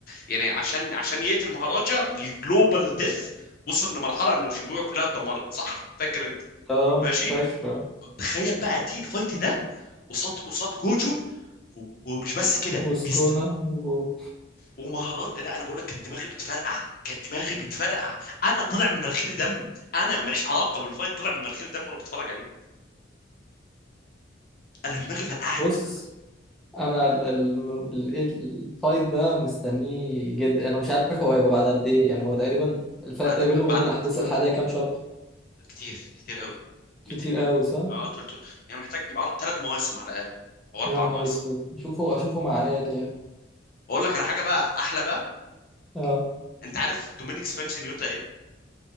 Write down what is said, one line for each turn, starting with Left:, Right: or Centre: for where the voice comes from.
Left: يعني عشان عشان يقتل مهاراجا الجلوبال ديث وصل لمرحله انه شيبويا كلها اتدمرت صح فاكر انت
Centre: اه
Left: ماشي
Centre: فاكره
Left: تخيل بقى دي الفايت ده قصاد قصاد جوجو و- ومش بس كده
Centre: وسكونا
Left: بيست
Centre: و...
Left: ومهارات لا انا بقول لك كان دماغي بتفرقع كان دماغي بتفرقع انا طلع من مناخيري دم انا ماليش علاقه بالفايت طلع من مناخيري دم وانا بتفرج عليه انا دماغي فرقعت
Centre: بص انا ال- ال- ال- إيه الفايت ده مستنيه جدا انا مش عارف هو هيبقى بعد قد ايه يعني هو تقريبا الفرق
Left: بعد بعد
Centre: بينه وبين الاحداث
Left: ما-
Centre: الحاليه كام شابتر
Left: كتير كتير قوي
Centre: كتير
Left: 200
Centre: قوي صح
Left: اه 300 يعني محتاج ثلاث مواسم على الاقل او اربع
Centre: يا نهار
Left: مواسم
Centre: اسود اشوفه اشوفه مع عيالي يعني
Left: اقول لك على حاجه بقى احلى بقى
Centre: آه.
Left: انت عارف دومين اكسبانشن يوتا ايه